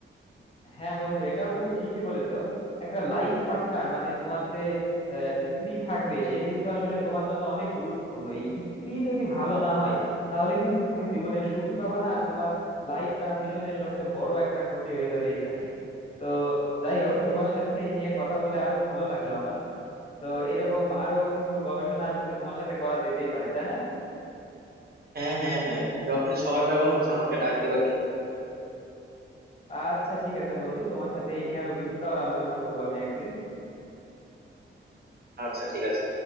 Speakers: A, on the left; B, on the right.
A: হ্যাঁ বন্ধু এটাও তুমি ঠিকই বলেছো একটা লাইফ পার্টনার মানে তোমার যে আহ, স্ত্রী থাকবে সে কিন্তু আসলে তোমার জন্য অনেক গুরুত্বপূর্ণ এই স্ত্রী যদি ভালো না হয় তাহলে কিন্তু তুমি জীবনে সুখী পাবে না আর তোমার লাইফ ট্রানজিশনের সবচেয়ে বড় একটা ক্ষতি হয়ে যাবে এখানেই তো যাই হোক তোমার সাথে এই নিয়ে কথা বলে আরো ভালো লাগলো আমার তো এরকম আরো কিছু গবেষণা আসলে তোমার সাথে করা যেতেই পারে তাই না
B: হ্যাঁ হ্যাঁ হ্যাঁ তুমি যখনই সময় পাবা হচ্ছে আমাকে ডাক দিবা কিন্তু
A: আচ্ছা ঠিক আছে বন্ধু তোমার সাথে এই নিয়ে আরো বিস্তর আলোচনা করবো আমি একদিন
B: আচ্ছা ঠিক আছে